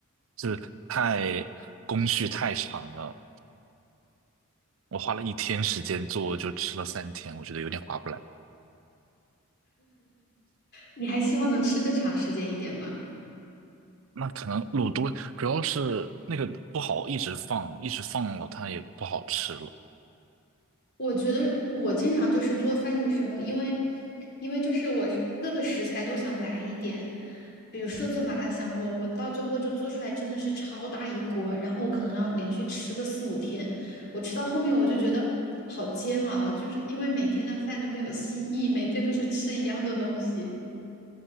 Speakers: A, on the right (about 65°); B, on the left (about 50°).
A: 就是太工序太长了。我花了一天时间做，就吃了三天，我觉得有点划不来。
B: 你还希望能吃更长时间一点吗？
A: 那可能卤多，主要是那个不好一直放，一直放了它也不好吃了。
B: 我觉得我经常就是做饭的时候，因为因为就是我各个食材都想来一点，比如说做麻辣香锅，我到最后就做出来真的是超大一锅，然后我可能要连续吃个四五天，我吃到后面我就觉得好煎熬，就是因为每天的饭都没有新意，每天都是吃一样的东西。